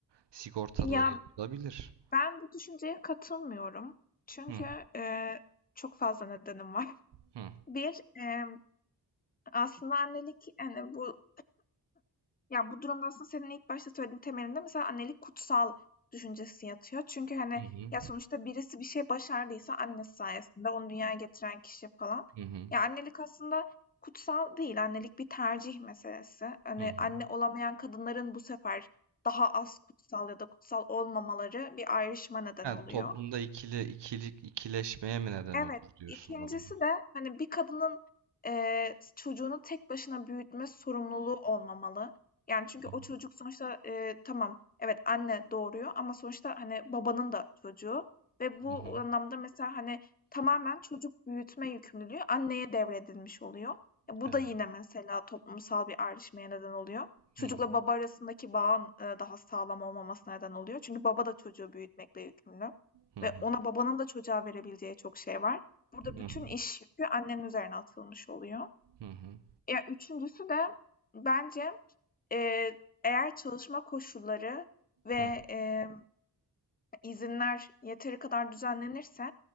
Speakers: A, on the right (about 80°); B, on the left (about 20°).
A: Sigortaları
B: Ya
A: yapılabilir.
B: Ben bu düşünceye katılmıyorum. Çünkü,
A: Hı
B: eee, çok fazla nedenim var. <laughs>
A: hı
B: Bir emm, aslında annelik, hani, bu ya, bu durumda aslında senin ilk başta söylediğin temelinde mesela annelik kutsal düşüncesi yatıyor. Çünkü, hani,
A: hı hı
B: ya, sonuçta birisi bir şey başardıysa annesi sayesinde, onu dünyaya getiren kişi falan.
A: hı hı
B: Ya, annelik aslında kutsal değil, annelik bir tercih meselesi. Hani,
A: hı hı.
B: anne olamayan kadınların bu sefer daha az kutsal ya da kutsal olmamaları bir ayrışma neden
A: Yani
B: oluyor.
A: toplumda ikili ikilik ikileşmeye mi neden
B: Evet,
A: olur diyorsun
B: ikincisi
A: bu durum?
B: de hani bir kadının eee, çocuğunu tek başına büyütme sorumluluğu olmamalı. Yani çünkü
A: Hı
B: o
A: hı.
B: çocuk sonuçta eee, tamam evet anne doğuruyor ama sonuçta hani babanın da çocuğu ve bu
A: hı hı.
B: anlamda mesela hani tamamen çocuk büyütme yükümlülüğü anneye devredilmiş oluyor. Ya bu
A: Evet.
B: da yine mesela toplumsal bir ayrışmaya neden oluyor. Çocukla
A: Hı hı.
B: baba arasındaki bağın eee, daha sağlam olmamasına neden oluyor. Çünkü baba da çocuğu büyütmekle yükümlü.
A: Hı
B: Ve
A: hı.
B: ona babanın da çocuğa verebileceği çok şey var. Burada
A: Hı
B: bütün
A: hı.
B: iş yükü annenin üzerine atılmış oluyor.
A: Hı hı.
B: Ya üçüncüsü de bence eee, eğer çalışma koşulları ve
A: Hı
B: eee, izinler yeteri kadar düzenlenirse